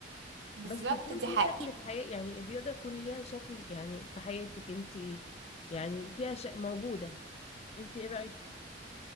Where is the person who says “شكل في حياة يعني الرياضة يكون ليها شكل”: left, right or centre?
Left